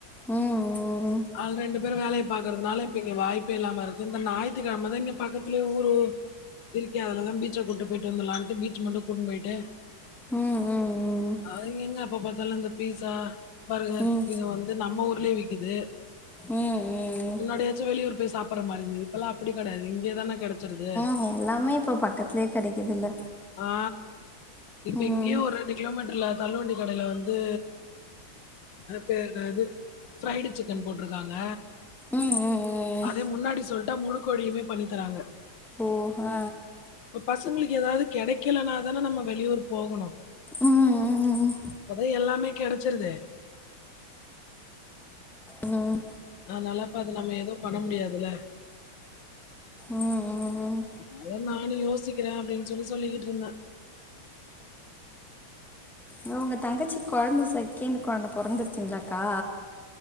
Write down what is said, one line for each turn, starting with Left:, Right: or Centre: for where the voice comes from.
Centre: ம் ம்
Left: அல் ரெண்டு பேரு வேலைய பாக்குறதுனால இப்ப இங்க வாய்ப்பே இல்லாம இருக்கு இந்த ஞாயித்திக்கெழமதா இங்க பக்கத்துலே ஊரு விரிக்கா அதுல பீச்ச கூட்டு போய்ட்டு வந்துரலான்ட்டு பீச் மட்டு கூட்டுனு போய்ட்டு
Centre: ம் ம் ம்
Left: அவிங்க எங்க அப்ப பாத்தாலு இந்த ஃபீசா பர்கர்
Centre: ம்
Left: இது வந்து நம்ம ஊர்லே விக்குது
Centre: ம் ம் ம்
Left: முன்னாடியாச்சி வெளியூர் போய் சாப்பிட்ற மாரி இருந்துது இப்பல்லா அப்டி கெடயாது இங்கே தான கெடச்சிருது
Centre: ம் எல்லாமே இப்ப பக்கத்துலே கெடைக்குதுல்ல
Left: ஆ இப்ப
Centre: ம்
Left: இங்யோ ஒரு ரெண்டு கிலோ மீட்டர்ல தள்ளுவண்டி கடையில வந்து அது பேரு‌ நெது ஃப்ரைடு சிக்கன் போட்ருக்காங்க
Centre: ம் ம் ம்
Left: அதே முன்னாடி சொல்டா முழு கொழியுமே பண்ணி தராங்க
Centre: ஓ ஆ
Left: இப்ப பசங்களுக்கு ஏதாது கெடைக்கலனாதான நம்ம வெளியூர் போகணு
Centre: ம் ம் ம்
Left: இப்பதா எல்லாமே கெடச்சிருதே
Centre: ம்
Left: அனலா அப்ப அது நம்ம எதுவு பண்ண முடியாதுல
Centre: ம் ம் ம்
Left: அதா நானு யோசிக்கிறே அப்டின் சொல்லி சொல்லிகிட்டு இருந்தே
Centre: உ உங்க தங்கச்சி கொழந்த செகன்ட் கொழந்த பொறந்துருச்சிங்ளா அக்கா